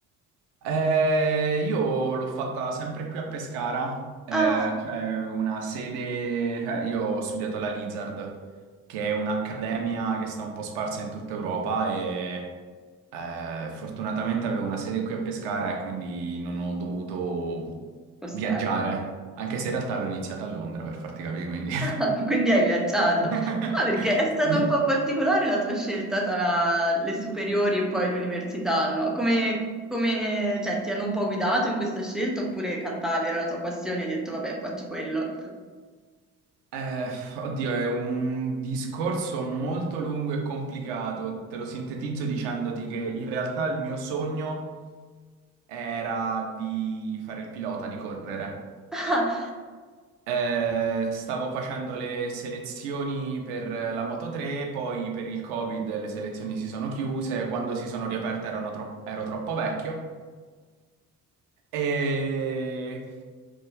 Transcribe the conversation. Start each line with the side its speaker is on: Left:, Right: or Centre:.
Right: Eh, io l'ho fatta sempre qui a Pescara, eh,
Centre: Ah,
Right: c'è una sede, cioè io ho studiato alla Lizard, che è un'accademia che sta un po' sparsa in tutta Europa e eh, fortunatamente avevo una sede qui a Pescara e quindi non ho dovuto
Centre: ok,
Right: viaggiare, anche se in realtà l'ho iniziata a Londra per farti capire, quindi...
Centre: <laughs> Quindi hai viaggiato.
Right: <laughs>
Centre: Ah, perché è stata
Right: Sì.
Centre: un po' particolare la tua scelta tra le superiori e poi l'università, no? Come, come- cioè, ti hanno un po' guidato in questa scelta oppure cantavi, era la tua passione e hai detto, vabbè, faccio quello.
Right: Eh, oddio, è un discorso molto lungo e complicato. Te lo sintetizzo dicendoti che in realtà il mio sogno era di fare il pilota, di correre.
Centre: <laughs>
Right: Eh, stavo facendo le selezioni per la Moto 3, poi per il Covid le selezioni si sono chiuse, quando si sono riaperte erano tro- ero troppo vecchio. E